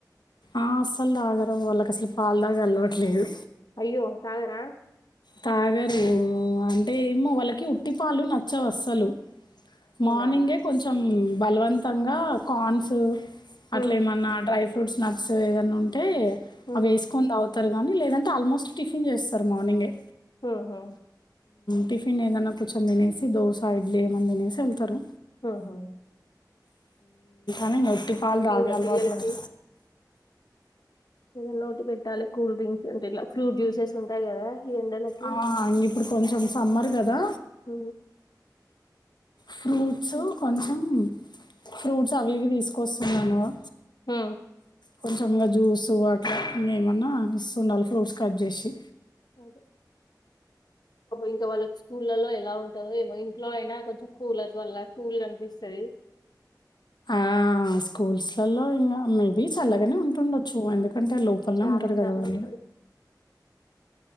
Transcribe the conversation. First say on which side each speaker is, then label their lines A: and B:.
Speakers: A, on the left; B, on the left.
A: ఆ అస్సలు దాగరూ వాళ్ళకి అసలు పాలు తాగి అలవాటు లేదు
B: అయ్యో తగర
A: తాగరు అంటే ఏమో వాళ్ళకి ఉట్టి పాలు నచ్చవు అస్సలు
B: అవునా
A: మార్నింగే కొంచెం బలవంతంగా కార్న్స్ అట్లే
B: ఉహు.
A: ఏమన్నా డ్రై ఫ్రూట్స్ నట్స్ ఏదన్నా ఉంటే
B: ఉహు.
A: అవి వేసుకొని అవుత కానీ లేదంటే ఆల్మోస్ట్ టిఫిన్ చేస్తారు మార్నింగే
B: హహా
A: టిఫిన్ ఏదైన్నా కొంచం తినిసి దోస ఇడ్లీ ఏమైన్నా తినేసి వెళ్తారు
B: హహ
A: అనీ ఒట్టి పాల తగే
B: కూడా
A: అలట్లేదు
B: పిల్లలకి ఇద ఓటి పెట్టాలి కూల్ డ్రింక్స్ ఉంటా ఇట్లా ఫ్రూట్ జ్యూసెస్ ఉంటాయి కదా ఈ ఎండలకి
A: ఆ ఇప్పుడు కొంచెం సమ్మర్ కదా
B: హ
A: ఫ్రూట్స్ కొంచెం ఫ్రూట్స్ అవివి తీసుకొస్తున్నానువా
B: హ
A: కొంచెంగా జ్యూస్ వాటర్ ఇ ఏమన్నా ఇస్తు ఉండాలి ఫ్రూట్స్ కట్ చేసి
B: అదే. ఇంకా వాళ్ళకి స్కూళ్ళలో ఎలా ఉంటదో ఏమో ఇంట్లో అయినా కొంచెం కూలర్స్ వల్ల కూల్ గా కనిపిస్తుంది
A: ఆ స్కూల్స్లలో ఇంకా మేబి చల్లగానే ఉంటుండొచ్చు ఎందుక్ అంటే లోపల్నే
B: చాలా
A: ఉంటాడ్ కదా
B: చాలా
A: వాళ్ళు
B: ఉంటది